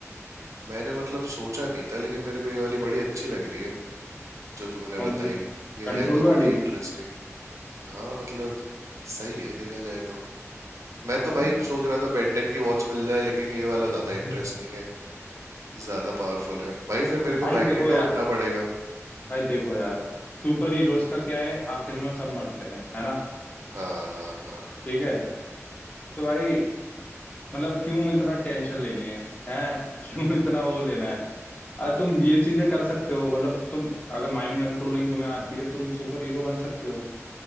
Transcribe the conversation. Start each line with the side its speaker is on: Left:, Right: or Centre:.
Right: मैंने मतलब सोचा नहीं था लेकिन मेरे को ये वाली बड़ी अच्छी लग रही है जो तुमने
Left: कौन
Right: बताई
Left: सी
Right: ये
Left: कंट्रोल
Right: है तो
Left: वाली
Right: बड़ी इंटरेस्टिंग हाँ मतलब सही है देखा जाए तो मैं
Left: है
Right: तो भाई
Left: ना
Right: सोच रहा था बेंटन की वॉच मिल जाए लेकिन ये वाला
Left: <laughs>
Right: ज्यादा इंटरेस्टिंग है ज्यादा पावरफुल है भाई फिर मेरे को
Left: भाई
Right: मैग्नेटो
Left: देखो यार
Right: बनना पड़ेगा
Left: भाई देखो यार सुपर हीरोज का क्या है आखिर में सब मरते हैं है ना
Right: हाँ हाँ हाँ
Left: ठीक है तो भाई मतलब क्यों इतना टेंशन लेनी है हैं <laughs> क्यों इतना वो लेना है अरे तुम ये चीजें कर सकते हो मतलब तुम अगर माइंड कंट्रोलिंग तुम्हें आती है तुम सुपर हीरो बन सकते हो